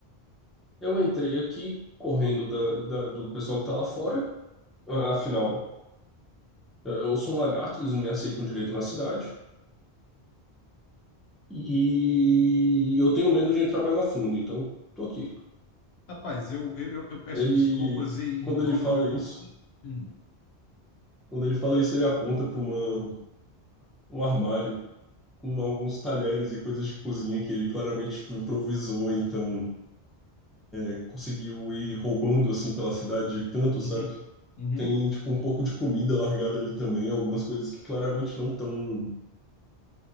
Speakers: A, in the centre; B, on the left.
A: Eu entrei aqui correndo da, da- do pessoal que tá lá fora. A- Afinal, é, eu sou um lagarto, eles não me aceitam direito na cidade. E eu tenho medo de entrar mais a fundo, então tô aqui.
B: Rapaz, eu, eu, eu eu peço
A: Ele,
B: desculpas em,
A: quando
B: em
A: ele
B: como
A: fala
B: eu me portei.
A: isso,
B: Hum,
A: quando ele fala isso, ele aponta para uma um armário com alguns talheres e coisas de cozinha que ele claramente tipo improvisou, então é, conseguiu ir roubando assim pela cidade de canto,
B: uhum,
A: sabe?
B: uhum,
A: Tem tipo um pouco de comida largada ali também, algumas coisas que claramente não estão